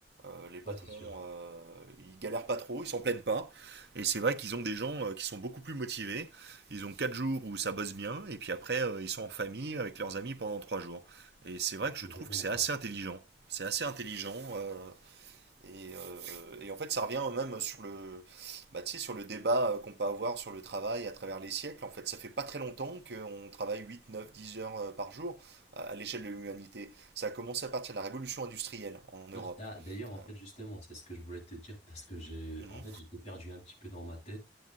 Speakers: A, on the right; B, on the left.
A: Euh, les patrons,
B: Ouais, c'est sûr.
A: euh, ils galèrent pas trop, ils s'en plaignent pas. Et c'est vrai qu'ils ont des gens euh, qui sont beaucoup plus motivés. Ils ont 4 jours où ça bosse bien, et puis après, euh, ils sont en famille avec leurs amis pendant 3 jours. Et c'est vrai
B: Bon,
A: que je
B: c'est exactement
A: trouve que c'est
B: ça.
A: assez intelligent. C'est assez intelligent. euh, et, euh, et en fait, ça revient même sur le, bah, tu sais, sur le débat qu'on peut avoir sur le travail à travers les siècles. En fait, ça fait pas très longtemps qu'on travaille 8 9 10 heures euh, par jour à à l'échelle de l'humanité. Ça a commencé à partir de la révolution industrielle en Europe.
B: Non, c'est- ah, d'ailleurs en
A: Euh,
B: fait justement c'est ce que je voulais te dire parce que j'ai
A: mhm,
B: en fait j'étais perdu un petit peu dans ma tête